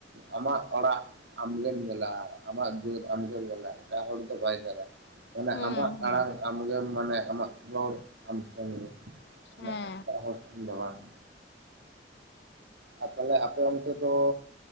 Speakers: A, on the right (about 75°); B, on the left (about 70°).
A: ᱟᱢᱟᱜ ᱚᱲᱟᱜ ᱟᱢᱜᱮᱢ ᱧᱮᱞᱟ ᱟᱢᱟᱜ ᱡᱟᱹᱛ ᱟᱢᱜᱮᱢ ᱧᱮᱞᱟ ᱮᱴᱟᱜ ᱦᱚᱲ ᱫᱚ ᱵᱟᱭ ᱧᱮᱞᱟ ᱢᱟᱱᱮ
B: ᱦᱩᱸ
A: ᱟᱢᱟᱜ
B: ᱦᱩᱸ
A: ᱟᱲᱟᱝ ᱟᱢᱜᱮᱢ ᱢᱟᱱᱮ ᱟᱢᱟᱜ ᱨᱚᱲ ᱟᱢ ᱴᱷᱮᱱ ᱜᱮ᱾
B: ᱦᱮᱸ
A: ᱚᱱᱟ ᱮᱴᱟᱜ ᱦᱚᱲ ᱴᱷᱮᱱ ᱫᱚ ᱵᱟᱝ᱾ ᱟᱨ ᱛᱟᱦᱞᱮ ᱟᱯᱮ ᱚᱱᱛᱮ ᱫᱚ